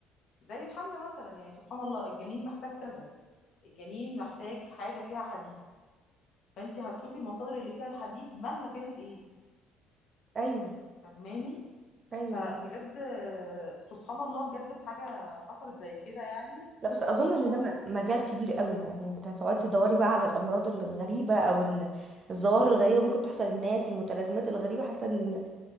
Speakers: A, on the left; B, on the right.
A: زي الحمل مثلا يعني سبحان الله الجنين محتاج كذا الجنين محتاج حاجة فيها حديد فانت هتشوفي المصادر اللي فيها الحديد مهما كانت ايه
B: ايوه
A: فاهماني
B: ايوه
A: فبجد آه، سبحان الله بجد في حاجة حصلت زي كده يعني
B: لا بس اظن ان
A: و...
B: ده م- مجال كبير قوي يعني انت هتقعدي تدوري بقى على الامراض الغريبه او ال- الظواهر الغريبه ممكن تحصل للناس المتلازمات الغريبه حاسه ان